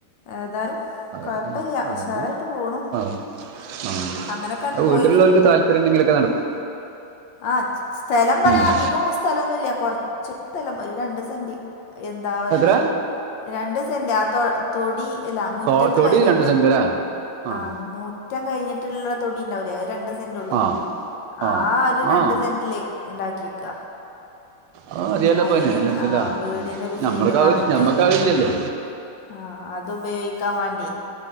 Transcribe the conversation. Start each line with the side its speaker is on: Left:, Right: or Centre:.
Left: ഏതായാലും
Right: അതൊക്കെ
Left: കൊഴപ്പല്ല
Right: അതന്നെ
Left: ഉഷാറായിട്ട് പോണു
Right: ആഹ ആഹ
Left: അങ്ങനൊക്കാണ്ട്
Right: അഹ
Left: പോയി
Right: വീട്ടിലുള്ളവർക്ക് താല്പര്യം ഉണ്ടെങ്കിലൊക്കെ നടക്കും
Left: ആഹ <unintelligible> സ്ഥലം പറയാൻ
Right: ഉം.
Left: അധികം സ്ഥലമൊന്നുല്ല കുറച്ച് സ്ഥലം ഒരു രണ്ട് സെന്റ് എന്താ അവല്
Right: എത്ര
Left: രണ്ട് സെന്റ് ആഹ തൊ തൊടി ഇല്ല മുറ്റത്ത്
Right: തൊ തൊടി
Left: കഴിഞ്ഞിട്ട്
Right: രണ്ട് സെന്റ് അല്ലേ ആഹ്
Left: ആഹ മുറ്റം കഴിഞ്ഞിട്ടുള്ള തൊടി ഉണ്ടാവലേ അത് രണ്ട് സെന്റ് ഉള്ളൂ
Right: ആഹ് ആഹ്
Left: ആഹ ഒരു രണ്ട്
Right: ആഹ്
Left: സെന്റില് ഉണ്ടാക്കിയക്ക
Right: ആഹ് അത് മതിയല്ലോ ഇപ്പോ
Left: അയില്
Right: അതിന് അൽഹംദുലില്ലാ
Left: ആഹ വീടിന്റെ
Right: ഉം
Left: ഒരു
Right: നമ്മൾക്ക്
Left: സൈഡ്
Right: അത്
Left: ഭാഗത്ത്
Right: നമ്മക്ക് അതില്ലല്ലോ
Left: ആഹ അത്പയോഗിക്കാൻ വേണ്ടി